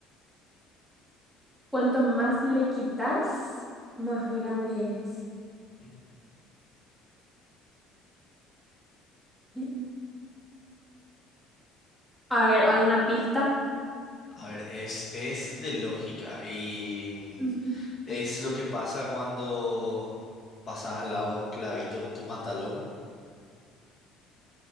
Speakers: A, in the centre; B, on the left (about 30°).
A: cuanto más le quitas, más grande es.
B: Ujú.
A: Mm. A ver, ¿alguna pista?
B: A ver, es, es de lógica y mm,
A: Ujú.
B: es lo que pasa cuando pasas al lado de un clavito con tu pantalón